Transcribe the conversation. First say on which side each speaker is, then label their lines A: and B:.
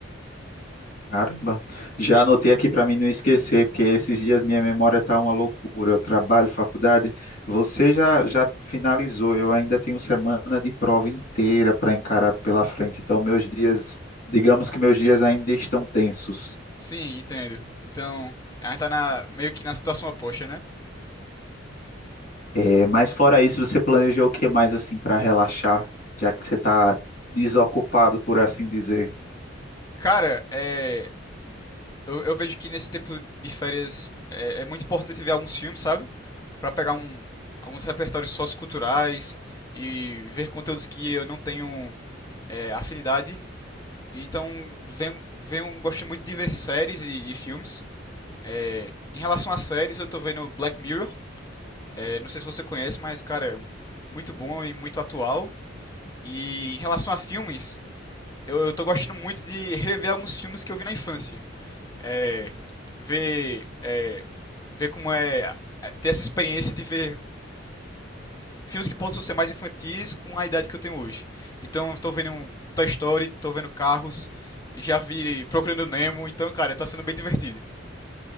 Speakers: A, on the left (about 45°); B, on the left (about 20°).
A: Caramba, já anotei aqui para mim não esquecer, porque esses dias minha memória tá uma loucura. Eu trabalho, faculdade. Você já, já finalizou, eu ainda tenho semana de prova inteira para encarar pela frente. Então, meus dias, digamos que meus dias ainda estão tensos.
B: Sim, entendo. Então, a gente tá na- meio que na situação oposta, né?
A: É, mas fora isso, você planejou o que mais assim para relaxar, já que você está desocupado, por assim dizer?
B: Cara, é, eu, eu vejo que nesse tempo de férias é, é muito importante ver alguns filmes, sabe? Pra pegar um, alguns repertórios socioculturais e ver conteúdos que eu não tenho é, afinidade. Então, venho, venho, gosto muito de ver séries e, e filmes. É, em relação às séries, eu tô vendo Black Mirror. É, não sei se você conhece, mas, cara, muito bom e muito atual. E em relação a filmes, eu, eu tô gostando muito de rever alguns filmes que eu vi na infância. É, ver, é, ver como é é, ter essa experiência de ver filmes que possam ser mais infantis com a idade que eu tenho hoje. Então, eu tô vendo um Toy Story, tô vendo Carros, já vi Procurando Nemo, então, cara, tá sendo bem divertido,